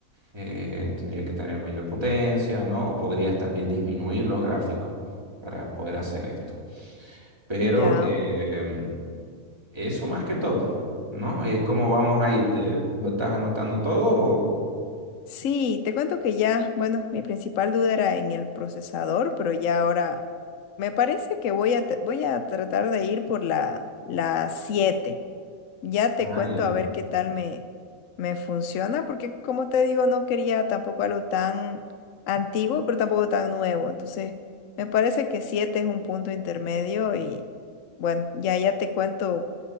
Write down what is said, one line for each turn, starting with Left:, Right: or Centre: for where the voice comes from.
Right: eh, tendría que tener mayor potencia, ¿no? O podrías también disminuir los gráficos para poder hacer esto. Pero
Left: ya.
Right: em, eso más que todo, ¿no? Eh, ¿cómo vamos ahí? ¿Te estás anotando todo? o-
Left: Sí, te cuento que ya, bueno, mi principal duda era en el procesador, pero ya ahora me parece que voy a, t- voy a tratar de ir por la, la 7. Ya
Right: Ah,
Left: te cuento
Right: ya.
Left: a ver qué tal me, me funciona, porque como te digo, no quería tampoco algo tan antiguo, pero tampoco tan nuevo. Entonces, me parece que 7 es un punto intermedio y bueno, ya, ya te cuento